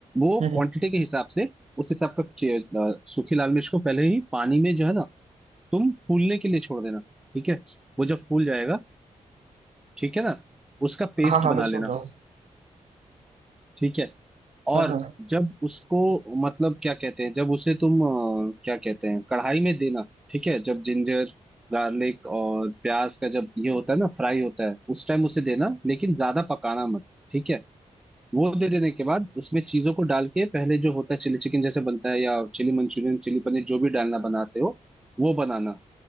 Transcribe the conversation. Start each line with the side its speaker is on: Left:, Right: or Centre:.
Centre: वो
Right: हम्म
Centre: क्वांटिटी
Right: हम्म।
Centre: के हिसाब से उस हिसाब का चे- अ, सूखी लाल मिर्च को पहले ही पानी में जो है ना तुम फूलने के लिए छोड़ देना ठीक है वो जब फूल जाएगा ठीक है ना उसका पेस्ट
Right: हाँ हाँ
Centre: बना
Right: मैं सुन
Centre: लेना
Right: रहा हूँ
Centre: ठीक है
Right: हाँ
Centre: और
Right: हाँ
Centre: जब उसको मतलब क्या कहते हैं जब उसे तुम अ, क्या कहते हैं कढ़ाई में देना ठीक है जब जिंजर गार्लिक और प्याज का जब ये होता है ना फ्राई होता है उस टाइम उसे देना लेकिन ज्यादा पकाना मत ठीक है वो दे देने के बाद उसमें चीजों को डाल के पहले जो होता है चिली चिकन जैसे बनता है या चिली मंचूरियन चिली पनीर जो भी डालना बनाते हो वो बनाना